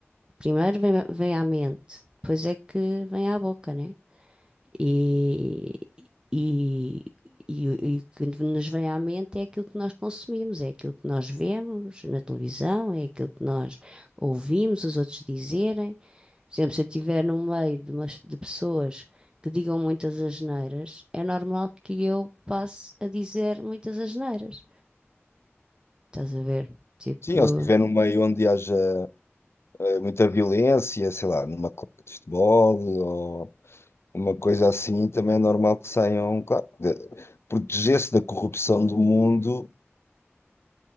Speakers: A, on the right; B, on the left.
A: Primeiro vem, vem à mente, depois é que vem à boca, não é? E, e, e, o e o que nos vem à mente é aquilo que nós consumimos, é aquilo que nós vemos na televisão, é aquilo que nós ouvimos os outros dizerem. Por exemplo, se eu estiver no meio de, umas- de pessoas que digam muitas asneiras, é normal que eu passe a dizer muitas asneiras. Estás a ver? Tipo,
B: Sim, ou se estiver num meio onde haja eh, muita violência, sei lá, numa clube de futebol, ou uma coisa assim, também é normal que saiam, claro, de- proteger-se da corrupção do mundo